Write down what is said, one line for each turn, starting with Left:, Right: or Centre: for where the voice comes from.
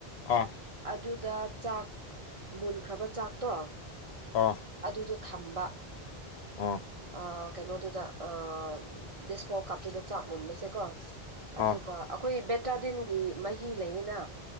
Left: ꯑꯥ
Right: ꯑꯗꯨꯗ ꯆꯥꯛ ꯃꯨꯟꯈ꯭ꯔꯕ ꯆꯥꯛꯇꯣ
Left: ꯑꯥ
Right: ꯑꯗꯨꯗ ꯊꯝꯕ
Left: ꯑꯥ
Right: ꯑꯥ ꯀꯩꯅꯣꯗꯨꯗ ꯑꯥ ꯗꯤꯁꯄꯣ ꯀꯞꯇꯨꯗ ꯆꯥꯛ ꯃꯨꯟꯕꯁꯦ ꯀꯣ ꯑꯗꯨꯒ
Left: ꯑꯥ
Right: ꯑꯩꯈꯣꯏ ꯕꯦꯇꯥꯗꯤꯟꯒꯤ ꯃꯍꯤ ꯂꯩꯌꯦꯅ